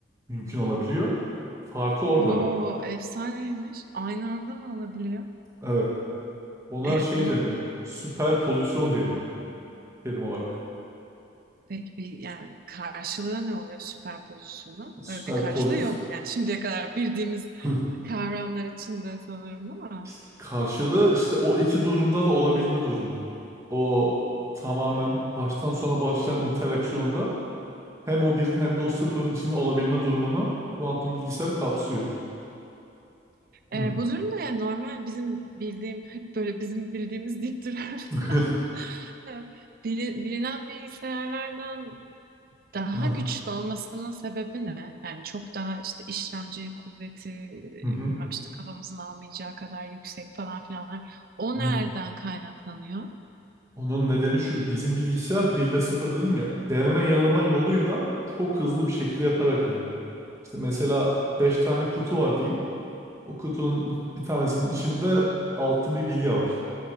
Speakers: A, on the right (about 15°); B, on the right (about 50°).
A: mümkün olabiliyor. Farkı orada.
B: Bu efsaneymiş. Aynı anda mı olabiliyor?
A: Evet. Ona
B: E,
A: şey
B: onu
A: deniyor. Süper pozisyon deniyor terim olarak.
B: peki bir yani karşılığı ne oluyor süperpozisyonun?
A: Süper
B: Öyle bir karşılığı
A: poz.
B: yok. Yani şimdiye kadar bildiğimiz
A: <laughs>
B: kavramlar içinde sanırım değil mi?
A: İşte karşılığı işte o iki durumda da olabilme durumu. O tamamen baştan sona başlayan interaksiyonda hem o birin hem de o sıfırın içinde olabilme durumunu kuantum bilgisayar kapsıyor. Hı.
B: E, bu durumda yani normal bizim bildiğim hep böyle bizim bildiğimiz deyip duran, <laughs>
A: <laughs>
B: e, bili- bilinen bilgisayarlardan Daha
A: Aha.
B: güçlü olmasının sebebi ne? Yani çok daha işte işlemci kuvveti,
A: Hı hı.
B: bilmem işte kafamızın almayacağı kadar yüksek falan filanlar. O
A: Hı
B: nereden
A: hı.
B: kaynaklanıyor?
A: Onun nedeni şu bizim bilgisayar bir ve sıfır dedim ya deneme yanılma yoluyla çok hızlı bir şekilde yaparak ilerliyor. İşte mesela 5 tane kutu var diyeyim. O kutunun bir tanesinin içinde altın bir bilye var.